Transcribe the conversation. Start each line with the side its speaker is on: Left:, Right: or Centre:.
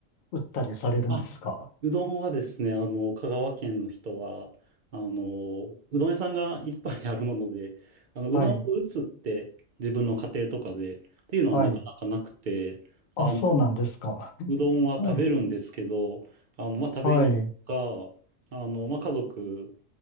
Left: 打ったりされるんですか
Right: あ、うどんはですね、あの、香川県の人は、あの、うどん屋さんがいっぱいあるもので、あの、うどんを打つって自分の家庭とかでっていうのはなかなかなくて、
Left: はい、はい。あ、
Right: あの、
Left: そうなんですか。<laughs>
Right: うどんは食べるんですけど、
Left: はい、
Right: あの、まあ、食べに行くか、
Left: はい。
Right: あの、まあ、家族、